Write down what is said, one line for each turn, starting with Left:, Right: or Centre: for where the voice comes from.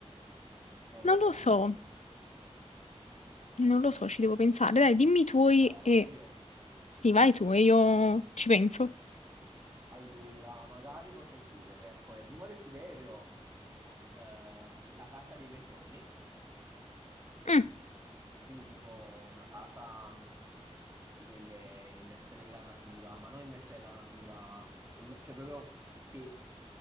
Right: non
Left: Non
Right: lo sai.
Left: lo so. Non lo so, ci devo pensare. Dai, dimmi i tuoi
Right: Allora,
Left: e...
Right: vado io.
Left: Sì, vai tu e io ci penso.
Right: Allora, magari potrei chiedere come primo desiderio. eh, la casa dei miei sogni,
Left: Mm,
Right: quindi tipo una casa mh, di quelle immerse nella natura, ma non immerse nella natura, imme- cioè proprio che